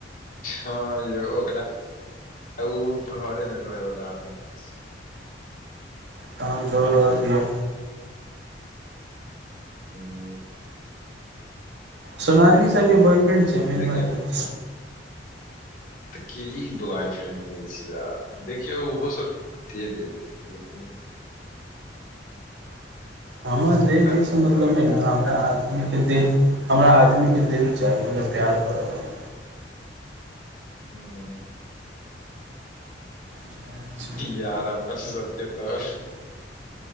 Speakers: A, on the left; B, on the right.
A: हँ यौ ओकरा उ घरे मे रहै वाला आदमी अछि
B: तहन जरूर
A: हमहुँ
B: रह दिअ
A: हूँ
B: सोनालि सबके बॉयफ्रेंड छै मेन
A: देखियौ
B: बात इ छै
A: तऽ क ई बॉ फ्रेंड लै छिय यार देखियौ ओहो सब दे देत लेकिन
B: हमरा ले
A: ओकरा
B: दे एहिसँ
A: पीछे
B: मतलब
A: पड़े
B: नहि
A: वाला
B: न हमरा आदमीक के दिल हमरा आदमीके दिल चाही मतलब प्यार करबी।
A: हू
B: वाली
A: यार अपन सबके तऽ